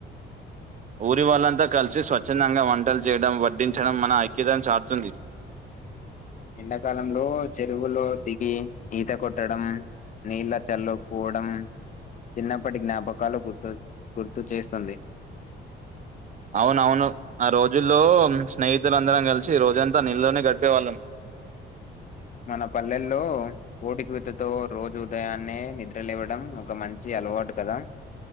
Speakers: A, on the right; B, on the left.
A: ఊరి వాళ్ళంతా కలిసి స్వచ్ఛందంగా వంటలు చేయడం వడ్డించడం మన ఐక్యతను చాటుతుంది
B: ఎండాకాలంలో చెరువులో దిగి ఈత కొట్టడం నీళ్ళ చల్లుపోడం చిన్నప్పటి జ్ఞాపకాలు గుర్తు చేస్తుంది
A: అవునవును ఆ రోజుల్లో స్నేహితులందరం కలిసి రోజంతా నిళ్లోనే గడిపేవాళ్ళం
B: <inaudible> మన పల్లెల్లో ఓటికుతతో రోజు ఉదయాన్నే నిద్ర లేవడం ఒక మంచి అలవాటు కదా